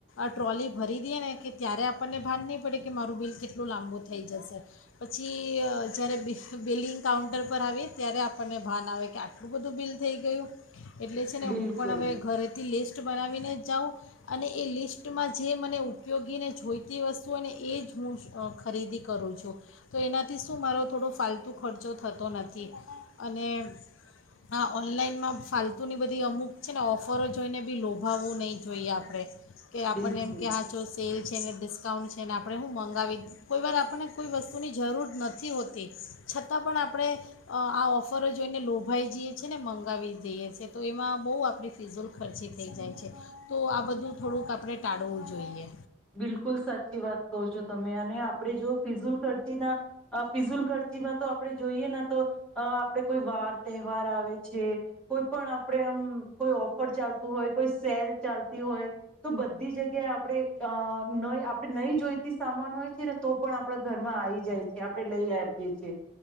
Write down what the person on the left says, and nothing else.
ટ્રોલી ભરી દઈએ ને કે, ત્યારે આપણને ભાન નહીં પડે કે મારું બિલ કેટલું લાંબું થઈ જશે. પછી જ્યારે બ બિલિંગ કાઉન્ટર પર આવીએ ત્યારે આપણને ભાન આવે કે આટલું બધું બિલ થઈ ગયું! એટલે છે
ને, હું પણ હવે ઘરેથી લિસ્ટ લિસ્ટ બનાવીને જાઉં. અને એ લિસ્ટમાં જે મને ઉપયોગીને જોઈતી વસ્તુઓ હોઈ ને એ જ હું ખરીદી કરું છું. તો એનાથી શું મારો થોડો ફાલતુ ખર્ચો થતો નથી. અને આ ઓનલાઈનમાં ફાલતુની બધી અમુક છે ને ઓફરો જોઈને બી લોભાવવું નહીં જોઈએ આપણે. કે
આપણને એમ કે હા જો સેલ છે ને ડિસ્કાઉન્ટ છે ને, આપણે હું મંગાવી. કોઈ વાર આપણને કોઈ વસ્તુની જરૂર નથી હોતી, છતાં પણ આપણે આ ઓફરો જોઈને લોભાઈ જઈએ છે, ને મંગાવી દઈએ છે. તો એમાં બહુ આપણી ફિઝૂલખર્ચી થઈ જાય છે. તો આ બધું થોડુંક આપડે ટાળવું જોઈએ.